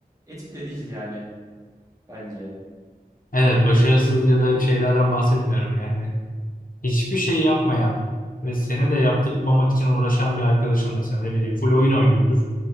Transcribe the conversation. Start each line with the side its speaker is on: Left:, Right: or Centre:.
Right: etik de değil yani bence.
Left: Evet başarısız ya da şeylerden bahsetmiyorum yani. Hiçbir şey yapmayan ve seni de yaptırmamak için uğraşan bir arkadaşın mesela ne bileyim full oyun oynuyordur.